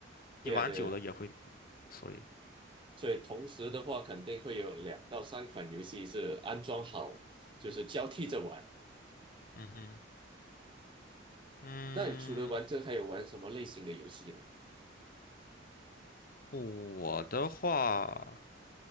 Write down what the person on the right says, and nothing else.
对呀对呀。
所以同时的话，肯定会有两到三款游戏是安装好，就是交替着玩。
那你除了玩这，还有玩什么类型的游戏呢？